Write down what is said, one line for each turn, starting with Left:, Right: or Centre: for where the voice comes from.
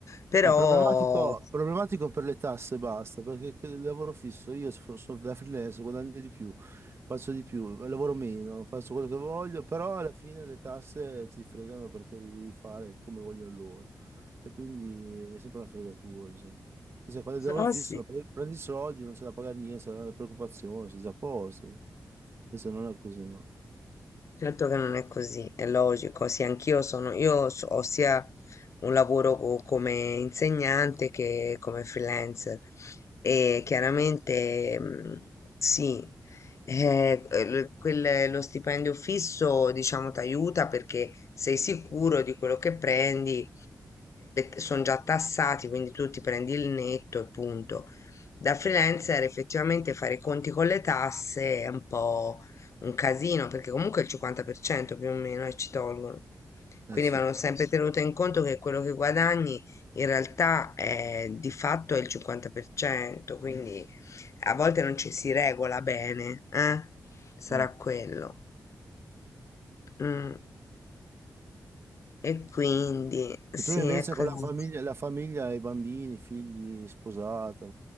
Left: Però...
Right: È problematico, problematico per le tasse, basta, perché il lavoro fisso, io so- sono da freelance, guadagno di più, faccio di più, lavoro meno, faccio quello che voglio, però alla fine le tasse ti fregano perché devi fare come vogliono loro. E quindi è sempre una fregatura. sì. Cioè, quando il
Left: Però
Right: lavoro fisso
Left: sì,
Right: pre- prendi i soldi, non c'è da pagare niente, non c'è preoccupazione, sei già a posto. Invece non è così, no?
Left: certo che non è così, è logico. Sì, anch'io sono, io so- ho sia un lavoro co- come insegnante che come freelancer e chiaramente mh, sì, eh, l- quel- lo stipendio fisso, diciamo, ti aiuta perché sei sicuro di quello che prendi, sono già tassati, quindi tu ti prendi il netto e punto. Da freelancer effettivamente fare i conti con le tasse è un po' Un casino, perché comunque il 50% più o meno eh, ci tolgono. Quindi
Right: Eh sì.
Left: vanno sempre Sì. tenuto in conto che quello che guadagni in realtà è, di fatto è il 50%, quindi a volte non ci si regola bene, eh? Sarà
Right: Ah.
Left: quello. Mm, E quindi sì,
Right: E tu invece
Left: è così.
Right: con la famiglia, la famiglia, i bambini, i figli, sposata.